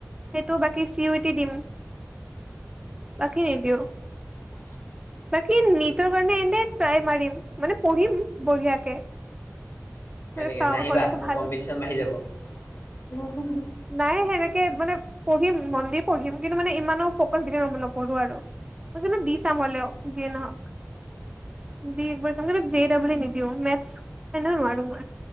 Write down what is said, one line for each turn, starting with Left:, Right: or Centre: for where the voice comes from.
Right: সেইটো বাকী চিইউটি দিম বাকী নিদিওঁ।
Left: <inaudible>
Right: বাকী নিটৰ কাৰণে এনে ট্ৰাই মাৰিম মানে পঢ়িম বঢ়িয়াকে।
Left: হয় নেকি
Right: চাও
Left: নাহিবা
Right: হ'লেটো
Left: মোৰ
Right: ভাল।
Left: কম্পিটিশ্যন বাঢ়ি যাব <unintelligible>
Right: নাই সেনেকে মানে পঢ়িম, মন দি পঢ়িম কিন্তু মানে ইমানো ফকাচ দি নপঢো় আৰু। মই কিন্তু দি চাম হ'লেও যিয়ে নহওক। দি একবাৰ চাম কিন্তু জে ডাবিলিও ই নিদিওঁ মেথছ এনেও নোৱাৰো মই।